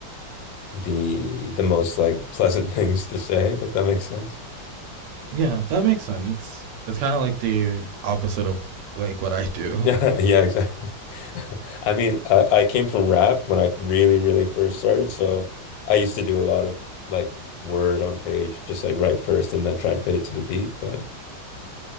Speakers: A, on the left; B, on the right.
A: the the most like pleasant <laughs> things to say, if that makes sense.
B: Yeah, that makes sense. It's kind of like the opposite of like what I do.
A: <laughs> Yeah, exactly. <laughs> I mean, I, I came from rap when I really, really first started, so I used to do a lot of like word on page, just like write first and then try and fit it to the beat, but